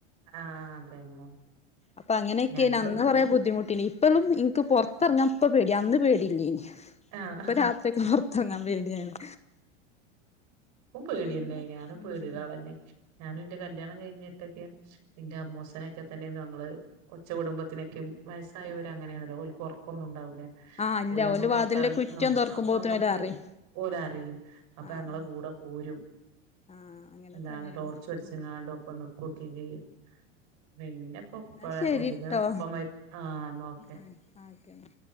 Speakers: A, on the right; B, on the left.
A: ആഹ് അതന്നെ
B: അപ്പൊ അങ്ങനെയൊക്കെയാന്
A: ഞങ്ങള്
B: അന്ന് കുറയെ ബുദ്ധിമുട്ടിന് ഇപ്പോളും എനിക്ക് പുറത്തിറങ്ങാന് ഇപ്പ പേടി അന്ന് പേടിയില്ലേനി
A: ആഹ്
B: ഇപ്പൊ രാത്രിയൊക്കെ പുറത്തങ്ങാൻ പേടിയാണ്
A: ഇപ്പം പേടില്ല
B: പിന്നെ
A: ഞാനും
B: ഉം
A: പേടിടാളന്നെ ഞാനും എന്റെ കല്യാണം കഴിഞ്ഞ് ക്ക പിന്റെ അമ്മോസിനൊക്കെ തന്നെ നങ്ങള് ഒച്ച കൂടുബത്തിനേക്കും വയസ്സായവരങ്ങനെയാണല്ലോ ഓര്ക്ക് ഉറക്കൊന്നും ഉണ്ടാവില്ല
B: ആഹ് ഇല്ല
A: ഓല് നമ്മ പുത്തിറങ്ങ
B: വാതിലിന്റെ കുറ്റിയൊന്ന്
A: കാണ
B: തുറക്കുമ്പോത്തിന്
A: അപ്പൊ നമ്മക്ക്
B: ഓല് അറിയും
A: ഓലെ അറിയും അപ്പൊ
B: ആഹ്
A: ഞങ്ങളെ കൂടെ പോരും
B: ആഹ് അങ്ങനെ
A: എന്താണ്
B: തന്നെയാണ്
A: ടോർച്ച് പടിച്ചങ്ങാണ്ട്
B: ഉം
A: ഒപ്പം നി കുറ്റിച്ചേയ് പിന്നെ ഉപുപ്പ
B: എന്നാ ശരിട്ടോ
A: പിന്നെ ഉപ്പ മരി ആഹ് എന്നാ ഒക്കെ
B: ആഹ് ഓക്കെന്നാ